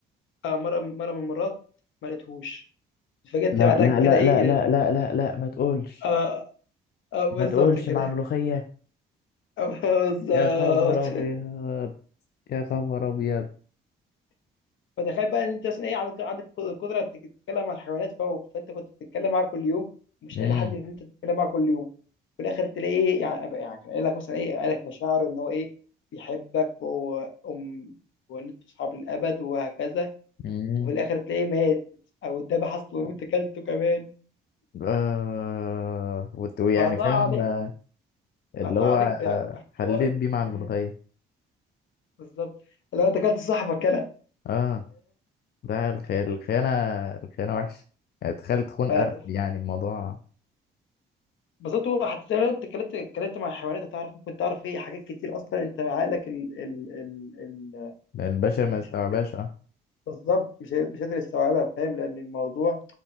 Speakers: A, on the left; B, on the left.
A: آه مره مره من المرات ما لقيتهوش اتفاجئت
B: لا
A: بعدها
B: لا
A: كده
B: لا
A: ايه
B: لا لا
A: إن-
B: لا لا لا ما تقولش
A: اه اه بالظبط
B: ما تقولش
A: كده
B: مع ملوخية
A: <laughs> آه، بالظبط
B: يا خبر أبيض يا خبر أبيض
A: فتخيل بقى ان انت اصلا ايه عندك عندك قدره انك تتكلم مع الحيوانات فوق فانت كنت بتتكلم معاها كل يوم مش
B: امم
A: قايل لحد ان انت تتكلم معاها كل يوم في الاخر تلاقي ايه يعني أبقى- يعني كان قايل لك مثلا ايه قايل لك مشاعره ان هو ايه بيحبك و- وام وان انتوا اصحاب للابد وهكذا
B: مم.
A: وفي الاخر تلاقيه مات او اتذبح اصلا وانت كلته كمان
B: آه وت- ويعني
A: فقطع
B: فاهم
A: عليك
B: آه، اللي
A: قطع
B: هو
A: عليك ب-
B: آه،
A: بحوار
B: حليت بيه مع الملوخية
A: مم، بالظبط لو انت كلت صاحبك كلام
B: اه ده الخ- الخيانة الخيانة وحشة يعني تخيل تخون
A: فاهم
B: قرد يعني الموضوع
A: بالظبط هو حتى لو انت اتكلمت اتكلمت مع الحيوانات هتعرف ممكن تعرف ايه حاجات كتير اصلا انت عقلك ال ال ال ال
B: البشر ما
A: مش
B: يستوعبهاش اه
A: بالظبط مش هي- مش قادر يستوعبها فاهم لان الموضوع